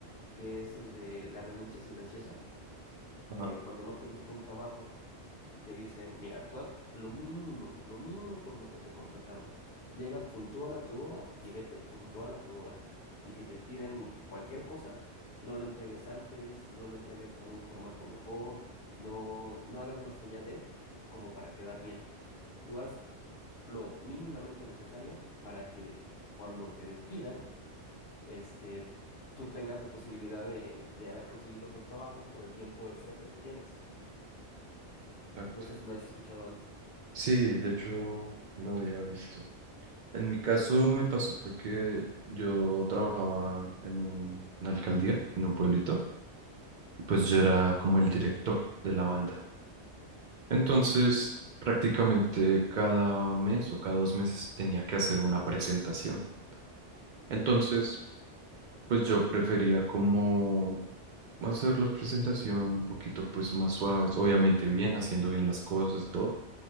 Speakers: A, on the left; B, on the right.
A: que es el de la renuncia silenciosa, que
B: Ah,
A: cuando no te gusta un trabajo, te dicen, mira, tú haz lo mínimo, lo mínimo por lo que te contrataron. Llega puntual a tu hora y vete puntual a tu hora. Y si te piden cualquier cosa, no lo entregues antes, no lo entregues con un formato mejor, no, no hagas más allá de como para quedar bien. Tú haz lo mínimamente necesario para que cuando te despidan, este, tú tengas la posibilidad de, de haber conseguido otro trabajo por el tiempo extra que tú tienes.
B: exacto.
A: No sé si lo has escuchado antes.
B: Sí, de hecho lo había visto. En mi caso me pasó fue que yo trabajaba en un- una alcaldía, en un pueblito, y pues yo era como el director de la banda. Entonces, prácticamente cada mes o cada dos meses tenía que hacer una presentación. Entonces, pues yo prefería como hacer las presentaciones un poquito pues más suaves, obviamente bien, haciendo bien las cosas y todo,